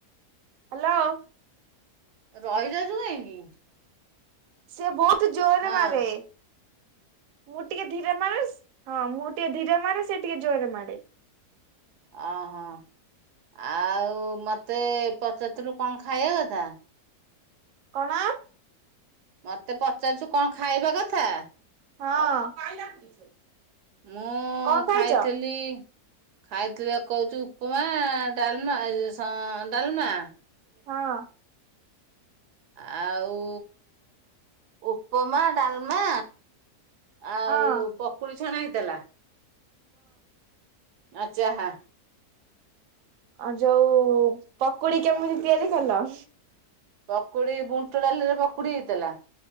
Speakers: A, on the right; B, on the right.
A: ହାଲୋ।
B: ରହିଯାଉଛୁ କାହିଁକି?
A: ସେ ବହୁତ ଜୋରରେ
B: ହଁ
A: ମାରେ। ମୁଁ ଟିକେ ଧୀରେ ମାରେ ହଁ ମୁଁ ଟିକେ ଧୀରେ ମାରେ ସେ ଟିକେ ଜୋରେ ମାରେ।
B: ଓହୋ ଆଉ ମତେ ପଚାରଥିଲୁ କଣ ଖାଇବା କଥା?
A: କଣ?
B: ମତେ ପଚାରୁଛୁ କଣ ଖାଇବା କଥା?
A: ହଁ।
B: ମୁଁ
A: କଣ ଖାଇଛ
B: ଖାଇଥିଲି ଖାଇଥିଲି ଆ କହୁଛୁ। ଉପମା, ଡାଲମା ଏ ସଂ ଡାଲମା।
A: ହଁ।
B: ଆଉ ଉପମା, ଡାଲମା। ଆଉ
A: ହଁ
B: ପକୁଡି ଛଣା ହେଇଥିଲା ଆ ଚାହା।
A: ଆଉ ଯୋଉ ପକୁଡି କେମିତି ତିଆରି କଲ?
B: ପକୁଡି ବୁଣ୍ଟ ଡାଲିରେ ପକୁଡି ହେଇଥିଲା।